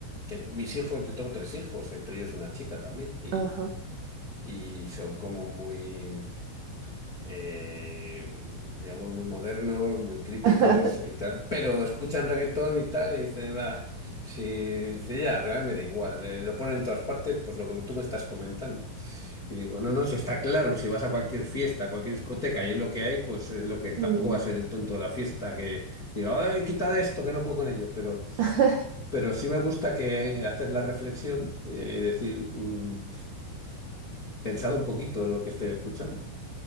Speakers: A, on the left; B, on the right.
A: que mis hijos, yo tengo tres hijos, entre ellos una chica también, y,
B: ajá.
A: y, y son como muy eh, digamos, muy modernos, muy críticos
B: <laughs>
A: y tal, pero escuchan reggaetón y tal, y dicen, va, si dice, ya, pero a mí me da igual, eh, lo ponen en todas partes, pues lo que tú me estás comentando. Y digo, no, no, si está claro, si vas a cualquier fiesta, a cualquier discoteca y es lo que hay, pues es lo que
B: Sí,
A: tampoco va a ser el tonto de la fiesta que diga, ay, quita de esto, que no puedo con ello, pero,
B: <laughs>
A: pero sí me gusta que hacer la reflexión eh, y decir, mm, pensad un poquito lo que estoy escuchando.